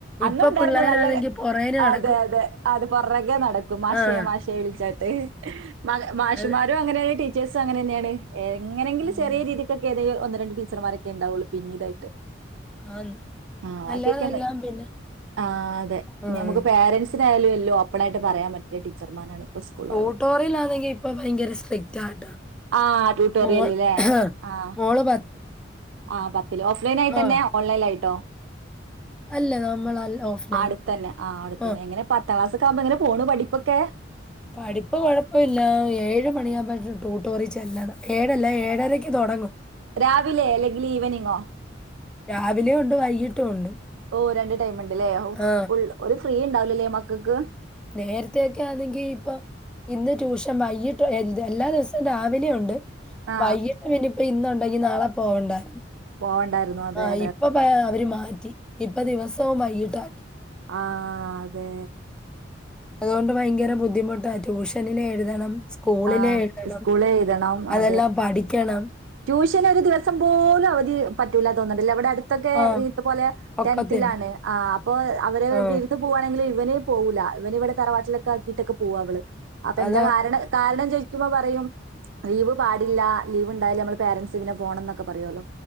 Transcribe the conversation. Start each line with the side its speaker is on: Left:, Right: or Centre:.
Centre: ഇപ്പൊ
Right: അന്നു ഉണ്ടായിരുന്നു
Centre: പിള്ളേരാണെങ്കി
Right: നല്ല
Centre: പൊറേന് നടക്കും.
Right: ആഹ് അതെ അതെ അത് പർന്നൊക്കെ നടക്കും മാഷേ
Centre: ആഹ്.
Right: മാഷേ വിളിച്ചാട്ട് മാ മാഷും
Centre: അത്
Right: മാ രും അങ്ങനേ ടീച്ചേഴ്സും അങ്ങന തന്നെയാണ് എങ്ങനെങ്കിലും
Centre: ഉം.
Right: ചെറിയ രീതി ക്കെ ഏതേല് ഒന്ന്‌ രണ്ട് ടീച്ചർമാരൊക്കെ ഇണ്ടാവുള്ളൂ പിന്നിടായിട്ട്
Centre: ആന്ന്.
Right: ആഹ് ബാക്കി
Centre: അല്ലാതെല്ലാം
Right: ഒക്കെന്ന്
Centre: പിന്നെ
Right: ആഹ് അതെ
Centre: ആഹ്.
Right: ഞമുക്ക് പേരൻസ് ത്തര ആയാലും എല്ലോ ഓപ്പണായിട്ട് പറയാൻ പറ്റിയ ടീച്ചർമാരാണ് ഇപ്പ സ്കൂളുകളിലൊക്കെ.
Centre: ടൂട്ടോറിൽ അണെങ്കിൽ ഇപ്പോ ഭയങ്കര സ്ട്രിക്റ്റാട്ടോ
Right: ആഹ് ട്യൂട്ടോറിയല്ല്ലേ
Centre: മോൾ
Right: ആഹ്
Centre: മോള്
Right: ആഹ് പത്തില് ഓഫ്‌ലൈൻ ആയിട്ടന്നെ
Centre: ആഹ്.
Right: ഓൺലൈൻ ലായിട്ടോ
Centre: അല്ല നമ്മളല്ല ഓഫ്‌ലൈൻ.
Right: ആഹ് അടുത്തന്നെ ആഹ് അടുത്തന്നെ
Centre: ആ.
Right: എങ്ങനെ പത്താംക്ലാസൊക്ക ആവുമ്പം എങ്ങനെ പോണ് പഠിപ്പൊക്കെ
Centre: പഠിപ്പ് കൊഴപ്പയില്ല ഏഴ് മണിയാവുമ്പഴ് ട്യൂട്ടോറി ചെല്ലണം ഏഴല്ല ഏഴരക്ക് തൊടങ്ങും
Right: രാവിലെ അല്ലെങ്കിൽ ഈവനിങ്ങോ
Centre: രാവിലേം ഉണ്ട് വൈകിട്ടു ഉണ്ട്
Right: ഓ രണ്ട് ടൈമുണ്ടല്ലേ ഉഫ്
Centre: ആ
Right: ഫുൾ ഒരു ഫ്രീ ഇണ്ടാവില്ലല്ലേ മക്കക്ക്
Centre: നേരത്തൊക്കെ ആന്നെങ്കി ഇപ്പം ഇന്ന് ട്യൂഷൻ വൈകിട്ട് എല്ലാ ദിവസം രാവിലേ ഒണ്ട്
Right: ആ
Centre: വൈകിട്ട് പിന്നിപ്പ ഇന്ന് ഉണ്ടെങ്കി നാളെ പോവണ്ടാര്
Right: പോവണ്ടായിരുന്നു അതെ
Centre: ആഹ്
Right: അതെ
Centre: ഇപ്പേ
Right: അതെ
Centre: അവര് മാറ്റി ഇപ്പ ദിവസോം വൈകിട്ടാക്കി
Right: ആഹ് അതെ
Centre: അതോണ്ട്ഭയങ്കര ബുദ്ധിമുട്ടാ ട്യൂഷനില് എഴുതണം സ്കൂളിലെ
Right: ആ
Centre: എഴ്തണം
Right: സ്കൂള് എഴുതണം
Centre: അതെല്ലാം
Right: അതെ
Centre: പഠിക്കണം
Right: ട്യൂഷൻ ഒരു ദിവസം പോലും അവധി പറ്റൂല തോന്നണ്ട്ല്ലേ അവിടെ അടു തൊക്കെ
Centre: ആ
Right: ഇതുപോലെ
Centre: ഒക്കത്തില്ല.
Right: ടെൻതിലാണ് ആഹ് അപ്പോ അവര്
Centre: ആ
Right: വീൽത് പൂവാണെങ്കില് ഇവന് പോവൂല്ല ഇവന് ഇവിടെ തറവാട്ടിലൊക്കെ ആക്കിട്ടൊക്കെ പോവാ അവള് അപ്പോ
Centre: അതാ
Right: എന്താ കാരണം കാരണം ചോയിക്കുമ്പം പറയും ലീവ് പാടില്ല ലിവ് എന്തായാലും ഞമ്മള് പാരൻസ് ഇതിനെ പോണന്നക്കെ പറയോല്ലോ